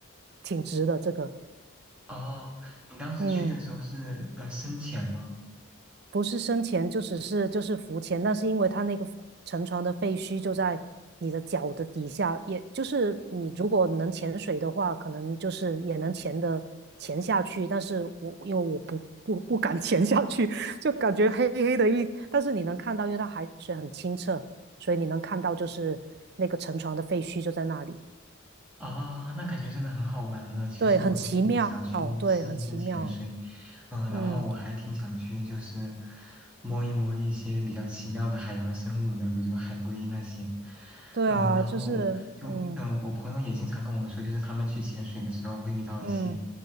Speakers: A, on the right (about 50°); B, in the centre.
A: 挺值的。这个，
B: 哦，你当时去的时候是呃深潜吗？
A: 嗯不是生潜就只是就是浮潜，但是因为它那个沉船的废墟就在你的脚的底下，也就是你如果能潜水的话，可能就是也能潜的潜下去。但是我因为我不不不敢 <laughs> 潜下去，就感觉黑黑的一，但是你能看到，因为它海水很清澈，所以你能看到就是那个沉船的废墟就在那里。
B: 啊，那感觉真的很好玩呢。其实我就一直想去试一试潜水，
A: 对，很奇妙，对，很奇妙。
B: 嗯、
A: 嗯，
B: 然后我还挺想去就是摸一摸一些比较奇妙的海洋生物的，比如海龟那些。
A: 对啊，
B: 嗯、然后
A: 就是嗯
B: 就嗯、我朋友也经常跟我说，就是他们去潜水的时候会遇到一些，
A: 嗯